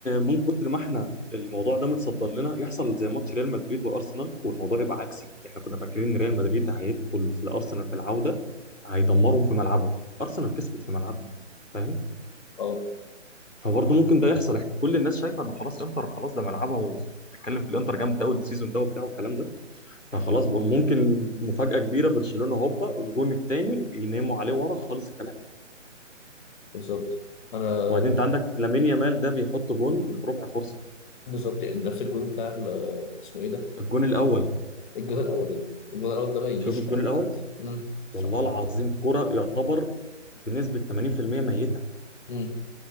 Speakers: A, on the left (about 85°); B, on the left (about 40°).
A: من كتر ما احنا الموضوع ده متصدر لنا يحصل زي ماتش ريال مدريد وارسنال والموضوع يبقى عكسي احنا كنا فاكرين ان ريال مدريد هيدخل في ارسنال في العوده هيدمرهم في ملعبهم ارسنال كسبت في ملعبنا فاهم
B: آه،
A: فبرضه ممكن ده يحصل احنا كل الناس شايفه ان خلاص انتر خلاص ده ملعبها وبتتكلم في الانتر جامد قوي السيزون ده وبتاع والكلام ده فخلاص بقى ممكن مفاجاه كبيره برشلونه هوبا الجون الثاني يناموا عليه ورا خالص الكلام
B: بالظبط أنا
A: وبعدين انت عندك لامين يامال ده بيحط جون من ربع فرصه
B: بالظبط يعني نفس الجول بتاع ال- اسمه إيه ده؟
A: الجون الاول
B: الجول الأول الجول الأول ده ما يجيش
A: شوف الجون
B: لأي
A: الاول
B: حد مم. صح
A: والله العظيم كرة يعتبر بنسبة 80% ميتة
B: مم.